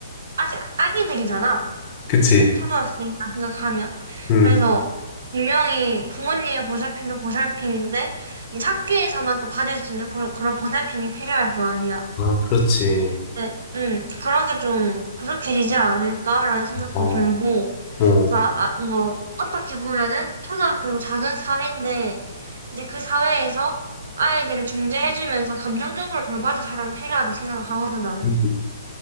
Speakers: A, on the right; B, on the left.
A: 아직 아기들이잖아.
B: 그치.
A: 초등학생이라 생각하면.
B: 음.
A: 그래서 분명히 부모님의 보살핌도 보살핌인데 이 학교에서만 또 받을 수 있는 그런 그런 보살핌이 필요할 거 아니야.
B: 아, 그렇지.
A: 네, 음, 그런 게 좀 부족해지지 않을까라는 생각도
B: 어,
A: 들고,
B: 어
A: 그러니까 아, 뭐 어떻게 보면은 초등학교도 작은 사회인데 이제 그 사회에서 아이들을 중재해주면서 감정적으로 돌봐줄 사람이 필요하다 생각하거든 나는.
B: 음.